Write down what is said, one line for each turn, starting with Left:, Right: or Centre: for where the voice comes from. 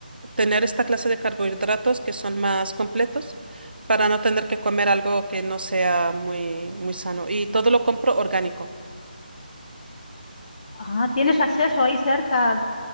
Right: tener esta clase de carbohidratos que son más completos para no tener que comer algo que no sea muy, muy sano. Y todo lo compro orgánico.
Left: Ajá, ¿tienes acceso ahí cerca,